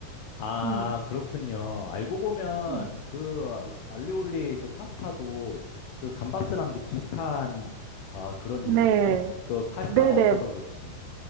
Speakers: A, on the left (about 85°); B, on the right (about 85°).
A: 아,
B: 음.
A: 그렇군요. 알고 보면
B: 음.
A: 그 알- 리올리 그 파스타도 그 감바스랑 좀 비슷한 아, 그런
B: 네.
A: 유군요. 그 파스타가
B: 네네,
A: 없어서 그렇지.